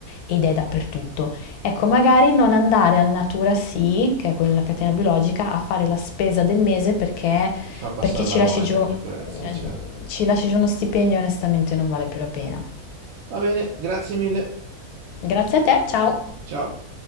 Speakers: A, on the left; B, on the right.
A: ed è dappertutto. Ecco, magari non andare al Natura Sì, che è quella della catena biologica, a fare la spesa del mese perché,
B: Ti fa passare
A: perché ci
B: la voglia
A: lasci giù,
B: coi prezzi,
A: eh,
B: certo.
A: ci lasci giù uno stipendio e onestamente non vale più la pena.
B: Va bene, grazie mille.
A: Grazie a te, ciao!
B: Ciao.